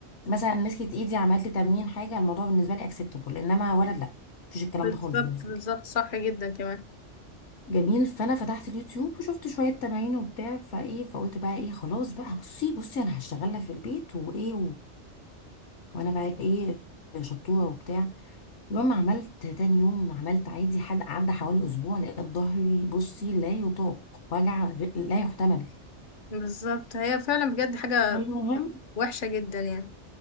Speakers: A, on the left; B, on the left.
A: مثلا مسكت ايدي عملت لي تمرين حاجه الموضوع بالنسبه لي اكسبتابل انما ولد لا مفيش الكلام
B: بالظبط
A: ده خالص بالنسبه
B: بالظبط
A: لي
B: صح جدا كمان
A: جميل فانا فتحت اليوتيوب وشفت شويه تمارين وبتاع فايه فقلت بقى ايه خلاص بقى بصي بصي انا هشتغلها في البيت وايه وانا بقى ايه شطوره وبتاع المهم عملت تاني يوم عملت عادي حد عدى حوالي اسبوع لقيت ظهري بصي لا يطاق وجع غ- لا يحتمل
B: بالظبط هي فعلا بجد حاجة
A: المهم
B: وحشة جدا يعني